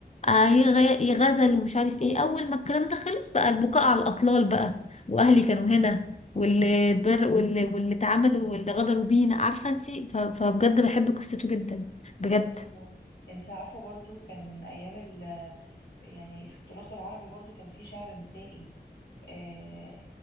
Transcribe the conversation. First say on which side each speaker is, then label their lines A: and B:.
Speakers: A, on the left; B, on the left.
A: آه، يغ- يغزل ومش عارف ايه اول ما الكلام ده خلص بقى البكاء على الاطلال بقى واهلي كانوا هنا واللي اتبر واللي واللي اتعاملوا واللي غدروا بينا عارفة انتي ف- فبجد بحب قصته جدا بجد
B: ايوه انت عارفه برضو كان ايام ال يعني في التراث العربي برضو كان في شعر نسائي آه